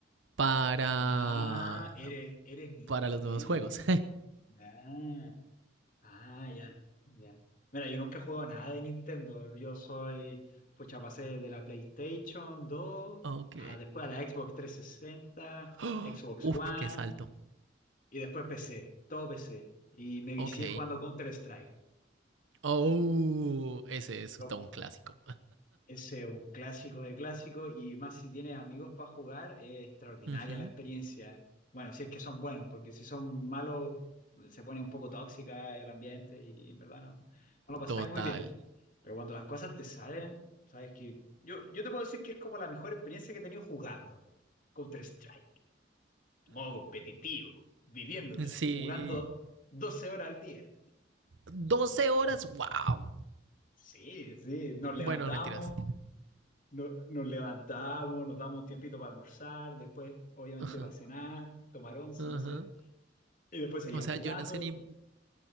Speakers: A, on the right; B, on the left.
A: para,
B: Ah, eres, eres Nintendo.
A: para los nuevos juegos.
B: Ah. Ah, ya, ya. Mira, yo nunca he jugado nada de Nintendo. Yo soy, pucha, pasé de la PlayStation dos,
A: <laughs> ok.
B: a después a la Xbox trescientos sesenta,
A: ¡Oh!
B: Xbox
A: Uf,
B: One
A: qué salto.
B: y después PC, todo PC. Y me vicié
A: Ok.
B: jugando Counter-Strike.
A: Oh,
B: Y
A: ese es
B: lo-
A: todo un clásico.
B: Ese es un clásico de clásico y más si tienes amigos para jugar, es extraordinaria
A: Ujú,
B: la experiencia. Bueno, si es que son buenos, porque si son malos, se pone un poco tóxica el ambiente y en verdad no, no lo pasáis
A: Total.
B: muy bien. Pero cuando las cosas te salen, sabes que yo, yo te puedo decir que es como la mejor experiencia que he tenido jugando Counter-Strike, modo competitivo, viviéndotela,
A: Sí.
B: jugando 12 horas al día.
A: Doce horas. Wow.
B: Sí, sí, nos levantamos,
A: Bueno, no, mentiras.
B: no- nos levantamos, nos damos un tiempito para almorzar, después obviamente
A: Ajá,
B: para cenar, tomar once,
A: ajá.
B: no sé, y después seguimos
A: O sea,
B: jugando.
A: yo no sé ni,